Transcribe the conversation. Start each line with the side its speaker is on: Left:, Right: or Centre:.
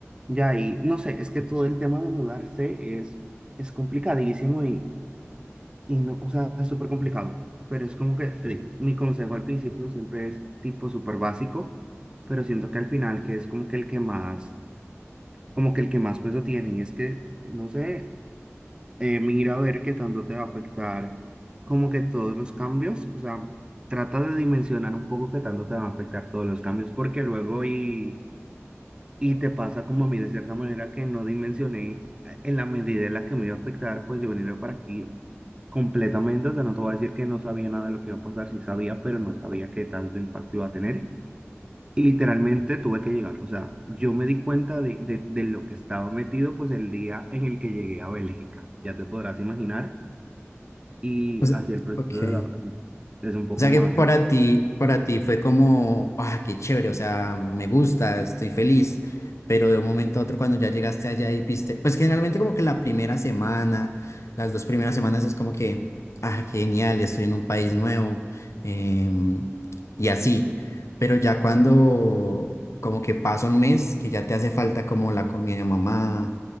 Right: ya ahí, no sé, es que todo el tema de mudarse es, es complicadísimo y, y no, o sea, es súper complicado, pero es como que, te digo, mi consejo al principio siempre es tipo súper básico, pero siento que al final que es como que el que más, como que el que más peso tienen, es que, no sé, eh, mira a ver qué tanto te va a afectar, como que todos los cambios, o sea, trata de dimensionar un poco qué tanto te van a afectar todos los cambios, porque luego y Y te pasa como a mí de cierta manera que no dimensioné eh, en la medida en la que me iba a afectar, pues yo venía para aquí completamente, o sea, no te voy a decir que no sabía nada de lo que iba a pasar, sí sabía, pero no sabía qué tanto impacto iba a tener. Y literalmente tuve que llegar, o sea, yo me di cuenta de, de, de lo que estaba metido, pues el día en el que llegué a Bélgica, ya te podrás imaginar, y
Left: O sea,
Right: así el proceso
Left: ok.
Right: de adaptación es un poco
Left: O sea
Right: más...
Left: que para ti, para ti fue como, ah, qué chévere, o sea, me gusta, estoy feliz, pero de un momento a otro cuando ya llegaste allá y viste, pues generalmente como que la primera semana, las dos primeras semanas es como que, ah, qué genial, estoy en un país nuevo, em, y así, pero ya cuando como que pasa un mes, que ya te hace falta como la comida de mamá